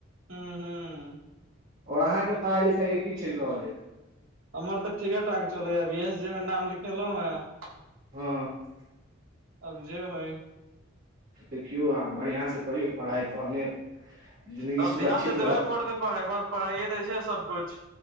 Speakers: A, on the right; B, on the right.
A: हूँ हूं
B: और अहाँ के पढ़ाई लिखाई के की चइल रहल अइ
A: हमर तऽ ठीके ठाक चलैय अभीएस जे मे नाम लिखेलों ह
B: हँ
A: अब जे होइ
B: देखियौ आब बढ़िआँ स करियौ पढ़ाइ तहने जिन्दगी
A: अब
B: सुरक्षित
A: ध्यान तऽ
B: रहत
A: देबे पड़तै पढ़ाइ पर पढ़ाइए तऽ छै सबकिछ